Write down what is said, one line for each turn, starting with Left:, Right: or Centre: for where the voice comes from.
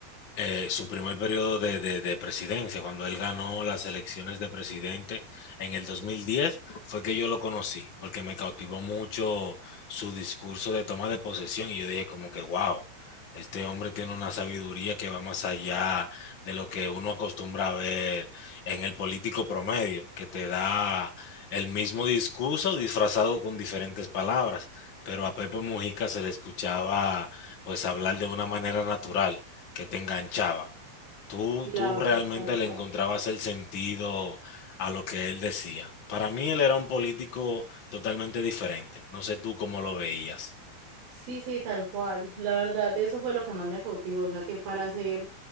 Left: eh, su primer periodo de, de- de presidencia, cuando él ganó las elecciones de presidente en el 2010 fue que yo lo conocí, porque me cautivó mucho su discurso de toma de posesión y yo dije como que, wow, este hombre tiene una sabiduría que va más allá de lo que uno acostumbra a ver en el político promedio, que te da el mismo discurso disfrazado con diferentes palabras, pero a Pepe Mujica se le escuchaba pues hablar de una manera natural que te enganchaba. Tú,
Right: La,
Left: tú realmente
Right: es tal cual.
Left: le encontrabas el sentido a lo que él decía. Para mí él era un político totalmente diferente. No sé tú cómo lo veías.
Right: Sí, sí, tal cual. La verdad, eso fue lo que más me cautivó. O sea, que para ser,